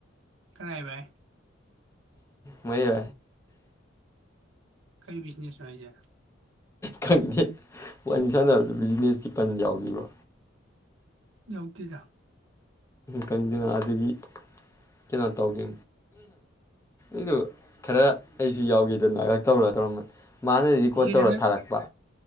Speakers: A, on the right; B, on the left.
A: ꯀꯅꯥꯥꯏ ꯚꯥꯏ
B: ꯃꯣꯏ
A: ꯀꯩ ꯕꯤꯖꯤꯅꯦꯁ ꯅꯣ ꯍꯥꯏꯁꯦ
B: ꯈꯪꯗꯦ ꯋꯥꯔꯤ ꯁꯥꯟꯅꯕꯗ ꯕꯤꯖꯤꯅꯦꯁꯀꯤ ꯄꯟ ꯌꯥꯎꯈꯤꯕ꯭ꯔꯣ
A: ꯌꯥꯝꯇꯤꯗ
B: ꯀꯟꯗꯨꯅ ꯑꯗꯨꯗꯒꯤ ꯀꯩꯅꯣ ꯇꯧꯒꯦ ꯑꯗꯨ ꯈꯔ ꯑꯩꯁꯨ ꯌꯥꯎꯈꯤ <inaudible> ꯗ ꯅꯥꯥꯛ ꯇꯧꯔ ꯇꯧꯔꯝꯃꯅꯤ ꯃꯥꯅ ꯔꯤꯀꯣꯔꯠ
A: ꯏꯆꯦ
B: ꯇꯧꯔ
A: ꯅꯪ
B: ꯊꯥꯔꯛꯄ